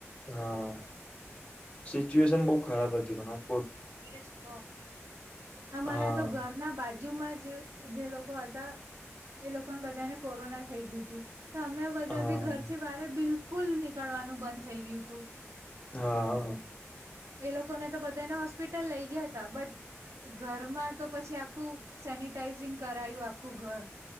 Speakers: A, on the left (about 25°); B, on the right (about 80°).
A: હા સિચ્યુએશન બહુ ખરાબ હતી પણ હા.
B: એજ તો અમારા
A: હા.
B: તો ઘરના બાજુમાં જ જે લોકો હતા એ લોકોને બધાને કોરોના થઈ ગયું તું. તો અમે બધા
A: હા
B: બી ઘરથી બારે બિલકુલ નીકળવાનું બંધ થઈ ગયું હતું.
A: હા.
B: એ લોકોને તો બધાને હોસ્પિટલ લઈ ગયા હતા બટ ઘરમાં તો પછી આખું સેનિટાઈઝિંગ કરાયું આખું ઘર.